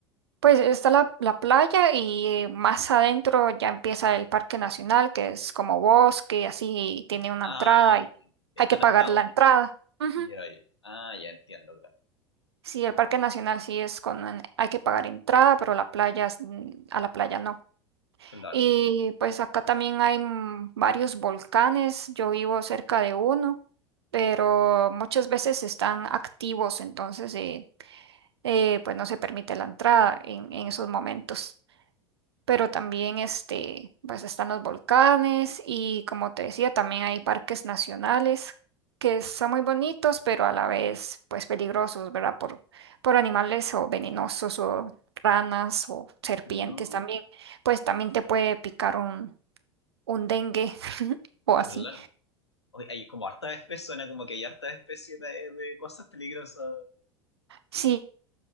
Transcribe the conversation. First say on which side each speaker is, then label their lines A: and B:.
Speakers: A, on the right (about 70°); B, on the left (about 80°).
A: pues está la, la playa y más adentro ya empieza el Parque Nacional, que es como bosque, así tiene una
B: Ah,
A: entrada y
B: están
A: hay que pagar
B: al lado.
A: la entrada. Ujú.
B: Ya, ya. Ah, ya entiendo, claro.
A: Sí, el Parque Nacional sí es con, hay que pagar entrada, pero la playa, es- mm, a la playa no.
B: Claro,
A: Y pues acá también hay mm, varios volcanes, yo vivo cerca de uno, pero muchas veces están activos, entonces eh, eh, pues no se permite la entrada en, en
B: claro.
A: esos momentos. Pero también este, pues están los volcanes y como te decía, también hay parques nacionales que son muy bonitos, pero a la vez pues peligrosos, ¿verdad? Por, por animales o venenosos o ranas o serpientes
B: Mm,
A: también pues también te puede picar un, un dengue <laughs> o
B: claro.
A: así.
B: Oye, hay como hartas especies, suena como que hay hartas especies de, de cosas peligrosas.
A: Sí,